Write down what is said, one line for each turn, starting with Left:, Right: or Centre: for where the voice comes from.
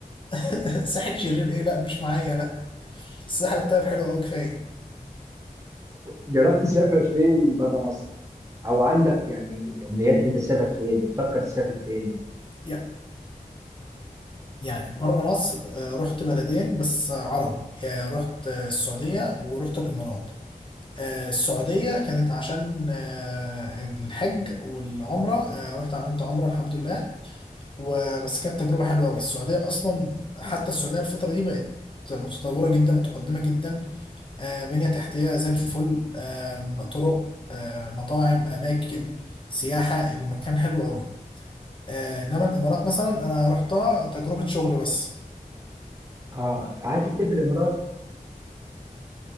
Left: <laughs> ساحل شرير ايه لا مش معايا لا الساحل الطيب حلو قوي كفايه
Right: جربت تسافر فين بره مصر او عندك يعني امنيات ان انت تسافر فين بتفكر تسافر فين
Left: يع- يعني بره مصر آه، رحت بلدين بس عرب يعني رحت آه، السعوديه ورحت الامارات آه، السعوديه كانت عشان آه، الحج والعمره آه، رحت عملت عمره الحمد لله وبس كانت تجربة حلوة أوي السعودية أصلا حتى السعودية الفترة دي بقت متطورة جدا ومتقدمة جدا آه، بنية تحتية زي الفل آه، طرق آه، مطاعم أماكن سياحة المكان حلو أوي آه، إنما الإمارات مثلا أنا رحتها تجربة شغل بس
Right: اه قعدت كتير في الامارات